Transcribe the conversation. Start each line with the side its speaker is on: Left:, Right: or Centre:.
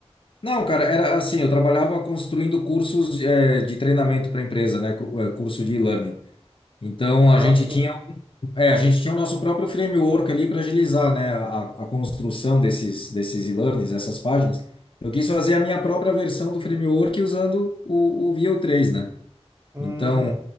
Left: Não, cara, era assim, eu trabalhava construindo cursos eh, de treinamento para empresa, né, cu- eh, curso de e-learning. Então a
Right: Ah,
Left: gente
Right: sim.
Left: tinha, um, é, a gente tinha o nosso próprio framework ali para agilizar, né, a, a construção desses desses e-learnings, essas páginas. Eu quis fazer a minha própria versão do framework usando o, o Vue 3, né?
Right: Hum,
Left: Então